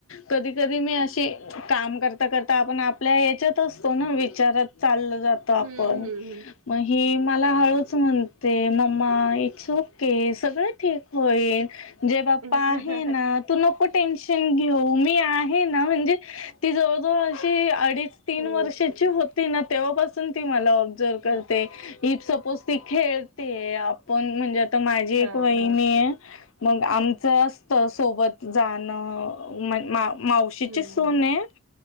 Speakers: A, on the left; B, on the right.
A: कधी - कधी मी अशी काम करता करता, आपण आपल्या याच्यात असतो ना? विचारात चालल जातो. -जात.
B: हं, हं,
A: म ही मला हळूच म्हणते. मम्मा इट्स ओके सगळं ठीक होईल. देवबाप्पा
B: हं.
A: आहे ना? तू नको टेन्श- -न घेऊ. मी आहे ना? म्हणजे ती जवळजवळ अशी अडीच- तीन
B: खूप,
A: वर्षाची
B: खूप.
A: होती ना? तेव्हापासून ती मला ऑब्झर्व
B: हं.
A: करते. इफ सपोज ती खेळतीए. आपण म्हणजे आता माझी
B: हां,
A: एक वहिनी
B: हां.
A: ए. मग आमच असत सोबत जाणं. म मा - मावशीची
B: हं,
A: सून
B: हं.
A: ए.